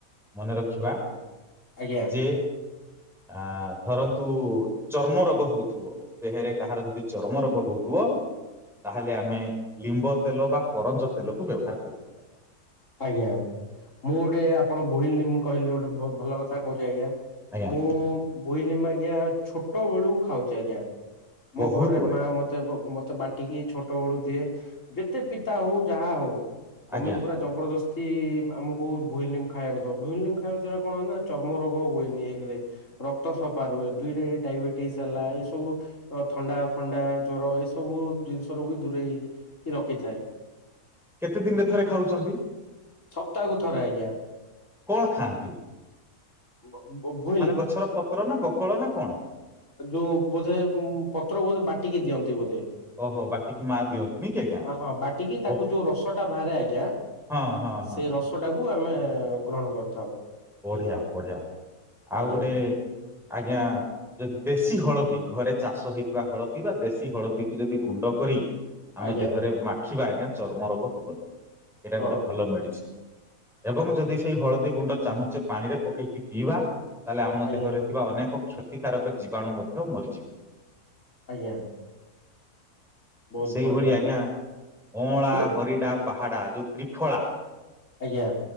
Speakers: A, in the centre; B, on the left.
A: ମନେ ରଖିବା।
B: ଆଜ୍ଞା
A: ଯେ ଆ ଧରନ୍ତୁ ଚର୍ମରୋଗ ହଉଥିବ ଦେହରେ କାହାର ଯଦି ଚର୍ମ ରୋଗ ହଉଥିବ ତାହେଲେ ଆମେ ଲିମ୍ବ ତେଲ ବା କରଞ୍ଜ ତେଲକୁ ବ୍ୟବହାର କରିବ
B: ଆଜ୍ଞା ମୁଁ ଗୋଟେ ଆପଣ ଭୁଇଁନିମ୍ବ କହିଲେ ଗୋଟେ ଭଲ କଥା କହୁଛି ଆଜ୍ଞା
A: ଆଜ୍ଞା
B: ମୁଁ ଭୂଇଁନିମ୍ବ ଆଜ୍ଞା ଛୋଟ ବେଳକୁ ଖାଉଛି ଆଜ୍ଞା
A: ବହୁତ
B: ମୋ ଘରେ
A: ବଢିଆ
B: ମାଆ ମୋତେ ମୋ ମତେ ବାଟିକି ଛୋଟ ବେଳୁ ଦିଏ ଯେତେ ପିତା ହଉ ଯାହା ହଉ ମମି
A: ଆଜ୍ଞା
B: ପୁରା ଜବରଦସ୍ତି ଆମକୁ ଭୁଇଁଲିମ୍ ଖାଇବାକୁ ଦବ ଭୁଇଁଲିମ୍ ଖାଇବା ଦ୍ଵାରା କଣ ହୁ ନା ଚର୍ମ ରୋଗ ହୁଏନି ଏକରେ ରକ୍ତ ସଫା ରୁହେ ଦୁଇରେ ଡାଇବେଟିସ ହେଲା ଏଇ ସବୁ ଥଣ୍ଡା ଫଣ୍ଡା ଜ୍ଵର ଏ ସବୁ ଜିନିଷ ରୁ ବି ଦୂରେଇକି ରଖିଥାଏ
A: କେତେ ଦିନରେ ଥରେ ଖାଉଛନ୍ତି
B: ସପ୍ତାହକୁ ଥରେ ଆଜ୍ଞା
A: କଣ ଖାଆନ୍ତି
B: <unintelligible>
A: ମାନେ ଗଛର ପତ୍ର ନା ବକଳ ନା କଣ।
B: ଯୋଉ ବୋଧେ ଉ ପତ୍ର ବୋଧେ ବାଟିକି ଦିଅନ୍ତି ବୋଧେ।
A: ଓହୋ ବାଟିକି ମା ଦିଅନ୍ତିନି କି ଆଜ୍ଞା
B: ହଁ ହଁ ବାଟିକି ତାକୁ
A: ଓହ
B: ଯୋଉ ରସଟା ବାହାରେ ଆଜ୍ଞା।
A: ହଁ ହଁ
B: ସେଇ
A: ହଁ।
B: ରସଟାକୁ ଆମେ ଗ୍ରହଣ କରିଥାଉ।
A: ବଢିଆ
B: ପୀଠ
A: ବଢିଆ ଆଉ
B: ଆଜ୍ଞା
A: ଗୋଟେ
B: ଆଜ୍ଞା
A: ଆଜ୍ଞା। ଯଦି ଦେଶୀ ହଳଦୀ ଘରେ ଚାଷ ହେଇଥିବା ହଳଦୀ ବା ଦେଶୀ ହଳଦୀକୁ ଯଦି ଗୁଣ୍ଡ କରି। ଆମେ
B: ଆଜ୍ଞା
A: ଦେହରେ ମାଖିବା ଆଜ୍ଞା ଚର୍ମ ରୋଗ ହବନି ଏଇଟା
B: ହଁ
A: ଗୋଟେ ଭଲ
B: ହଁ
A: ମେଡିସିନ। ଏବଂ ଯଦି ସେଇ ହଳଦୀ ଗୁଣ୍ଡ ଚାମଚେ ପାଣିରେ ପକେଇକି ପିଇବା। ତାହେଲେ ଆମ
B: ଆଜ୍ଞା
A: ଦେହରେ ଥିବା ଅନେକ କ୍ଷତିକାରକ ଜୀବାଣୁ ମଧ୍ୟ ମରିଯିବେ।
B: ଆଜ୍ଞା। ବହୁତ
A: ସେଇଭଳି
B: ବଢିଆ
A: ଆଜ୍ଞା ଅଁଳା
B: ଆଜ୍ଞା
A: ହରିଡା ବାହାଡା ଯୋଉ ତ୍ରିଫଳା।
B: ଆଜ୍ଞା।